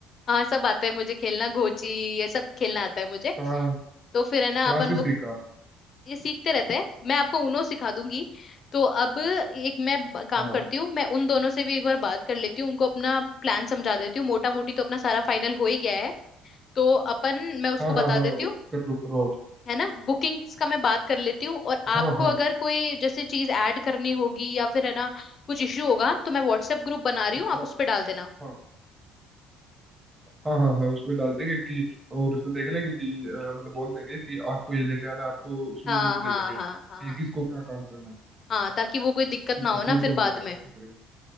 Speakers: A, on the left; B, on the right.
A: हाँ सब आता है मुझे खेलना घोची ये सब खेलना आता है मुझे
B: कहाँ
A: तो फिर है ना
B: कहाँ
A: अपन
B: से
A: वो
B: सीखा
A: ये सीखते रहते हैं मैं आपको उनो सिखा दूंगी तो अब एक मैं ब- काम
B: हाँ
A: करती हूँ मैं उन दोनों से भी एक बार बात कर लेती हूँ उनको अपना प्लान समझा देती हूँ मोटा मोटी तो अपना सारा फाइनल हो ही गया है तो अपन मैं उसको
B: हाँ हाँ
A: बता
B: हाँ
A: देती हूँ
B: कर लो करो आप
A: है ना बुकिंग्स का मैं बात कर लेती हूँ और
B: हाँ
A: आपको
B: हाँ
A: अगर कोई जैसे चीज ऐड करनी होगी या फिर है ना कुछ इश्यू होगा तो मैं व्हाट्सएप ग्रुप बना रही
B: एक
A: हूँ आप
B: बार-
A: उस पर डाल देना
B: हाँ हाँ हाँ हाँ उसमें डाल देंगे कि और उसमें देख लेंगे कि अ, मतलब बोल देंगे कि आपको ये लेके आना है, आपको उसमें
A: हाँ
B: वो भी दे
A: हाँ
B: देंगे
A: हाँ
B: कि
A: हाँ हाँ
B: किसको क्या काम करना है
A: हाँ ताकि वो कोई दिक्कत
B: ठीक
A: ना हो
B: है
A: ना
B: कोई प्रॉब्लम
A: फिर बाद
B: नहीं है
A: में
B: ऐसे ही करेंगे